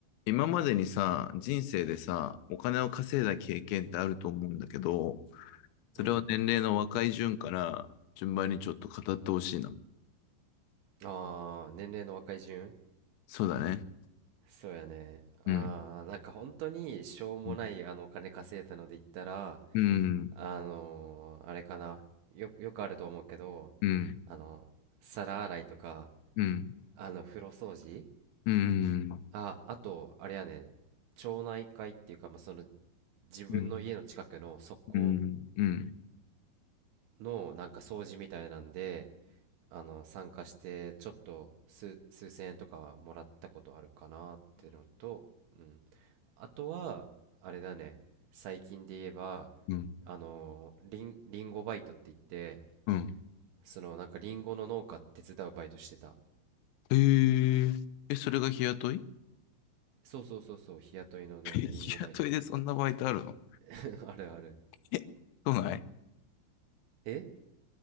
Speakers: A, on the left; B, on the right.
A: 今までにさ、人生でさ、お金を稼いだ経験ってあると思うんだけど、それを年齢の若い順から順番にちょっと語ってほしいな。
B: うん。ああ、年齢の若い順
A: そうだね。
B: そうやね。ああ、
A: うん。
B: なんか本当にしょうもないあのお金稼いだので言ったら、
A: うん。うん。
B: あのーあれかな。よ、よくあると思うけど、
A: うん。
B: あの、皿洗いとか、
A: うん。
B: あの、風呂掃除
A: うん。
B: あ、あと、あれやね、町内会っていうか、まあ、その、自分の家の近くの側溝
A: うん。うん。うん。うん。
B: のなんか掃除みたいなんで、あの、参加して、ちょっと数、数千円とかもらったことあるかなっていうのと、うん。あとは、あれだね、最近で言えば、
A: うん。
B: あのー、リン、リンゴバイトって言って、
A: うん。
B: そのなんかリンゴの農家手伝うバイトしてた。
A: ええ。え、それが日雇い
B: そうそうそうそう、日雇いのね、
A: 日雇いでそんなバイトあるの
B: リンゴバイトって。<laughs> あるある。
A: え、都内
B: え